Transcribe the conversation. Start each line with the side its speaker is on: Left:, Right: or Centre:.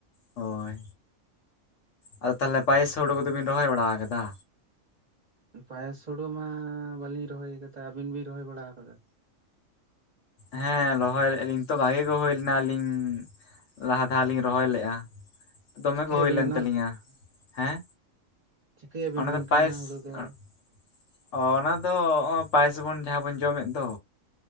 Left: ᱦᱳᱭ, ᱟᱫᱚ ᱛᱟᱦᱮᱞᱮ ᱯᱟᱭᱮᱥ ᱦᱩᱲᱩ ᱠᱚ ᱫᱚ ᱵᱤᱱ ᱨᱚᱦᱚᱭ ᱵᱟᱲᱟ ᱦᱟᱠᱟᱫᱟ?
Right: ᱩᱸ ᱯᱟᱭᱮᱥ ᱦᱩᱲᱩ ᱢᱟ ᱵᱟᱹᱞᱤᱧ ᱨᱚᱦᱚᱭ ᱟᱠᱟᱫᱟ, ᱟᱹᱵᱤᱱ ᱵᱤᱱ ᱨᱚᱦᱚᱭ ᱵᱟᱲᱟ ᱟᱠᱟᱫᱟ?
Left: ᱦᱮᱸ ᱞᱚᱦᱚᱭ ᱞᱮᱜ-ᱟ ᱞᱤᱧ, ᱛᱚ ᱵᱷᱟᱜᱮ‌ ᱜᱮ ᱦᱩᱭ ᱞᱮᱱᱟ ᱟᱹᱞᱤᱧᱼᱼ ᱞᱟᱦᱟ ᱫᱷᱟᱣ ‌ᱞᱤᱧ ᱨᱚᱦᱚᱭ ᱞᱮᱜ-ᱟ, ᱫᱚᱢᱮ
Right: ᱪᱤᱠᱟᱹᱭᱟᱵᱤᱱ
Left: ᱜᱮ ᱦᱩᱭ ᱞᱮᱱ
Right: ᱚᱱᱟ
Left: ᱛᱟᱹᱞᱤᱧᱟ, ᱦᱮᱸ
Right: ᱪᱤᱠᱟᱹᱭᱟᱵᱤᱱ
Left: ᱚᱱᱟ
Right: ᱜᱚᱝᱠᱮ
Left: ᱫᱚ ᱯᱟᱭᱮᱥ
Right: ᱦᱩᱲᱩ ᱫᱚ
Left: ᱚᱸᱜᱼᱼ ᱚ ᱚᱱᱟ ᱫᱚ ᱚᱸ ᱯᱟᱭᱮᱥ ᱵᱚᱱ ᱡᱟᱦᱟᱸ ᱵᱚᱱ ᱡᱚᱢᱮᱫ ᱫᱚ᱾